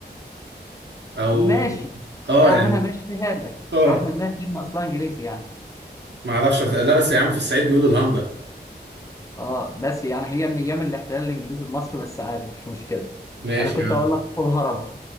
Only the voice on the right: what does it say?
او
اه
يعني
اه
ما اعرفش بس- لا بس يا عم في الصعيد بيقولوا الهنجر
ماشي
يا عم